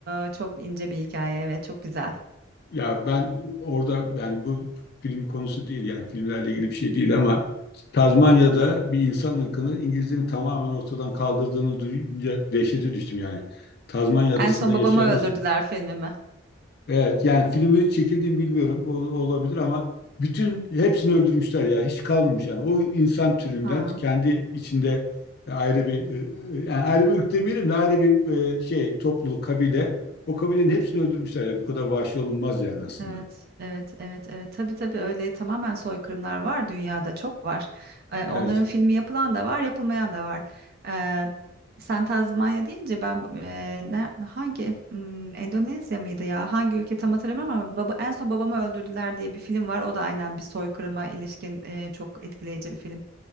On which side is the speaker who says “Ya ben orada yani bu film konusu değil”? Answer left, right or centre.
Left